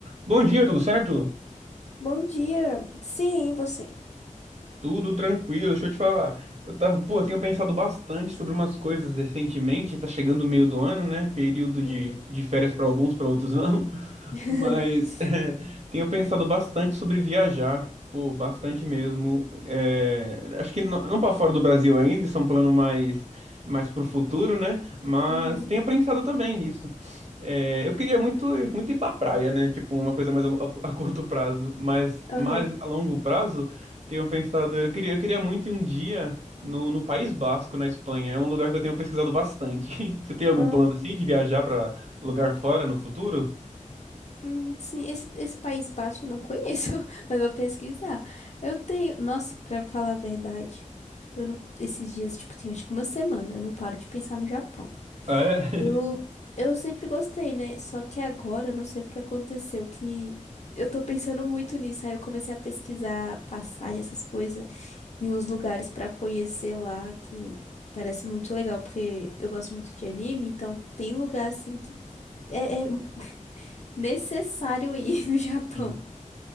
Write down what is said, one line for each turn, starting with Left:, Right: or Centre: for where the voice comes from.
Right: Bom dia, tudo certo?
Left: Bom dia. Sim, e você.
Right: Tudo tranquilo, deixa eu te falar. Eu tava, pô, eu tenho pensado bastante sobre umas coisas recentemente, tá chegando o meio do ano, né? Período de,
Left: Uhum.
Right: de férias pra alguns, pra outros não. <laughs>
Left: <laughs>
Right: Mas é, tenho pensado bastante sobre viajar, pô, bastante mesmo. É, acho que não, não para fora do Brasil ainda, isso é um plano mais mais pro futuro, né? Mas
Left: Uhum.
Right: tenho pensado também nisso. É, eu queria muito muito ir pra praia, né? Tipo, uma coisa mais a, lo- a curto prazo, mas
Left: Aham.
Right: mais a longo prazo tenho pensado, eu queria, eu queria muito ir um dia no, no País Basco, na Espanha. É um lugar que eu tenho pesquisado bastante. <laughs> Você tem algum
Left: Hum,
Right: plano assim de viajar pra lugar fora no futuro?
Left: hum, sim, esse, esse País Baixo eu não conheço, <laughs> mas eu vou pesquisar. Eu tenho. Nossa, pra falar a verdade, eu não. Esses dias, tipo, tem acho que uma semana, eu não paro de pensar no Japão.
Right: É. <laughs>
Left: Eu, eu sempre gostei, né? Só que agora, eu não sei o que aconteceu, que eu tô pensando muito nisso. Aí eu comecei a pesquisar passagem, essas coisas. e uns lugares pra conhecer lá que parece muito legal, porque eu gosto muito de anime, então tem lugar assim que é, é necessário ir <laughs> no Japão.
Right: Sim.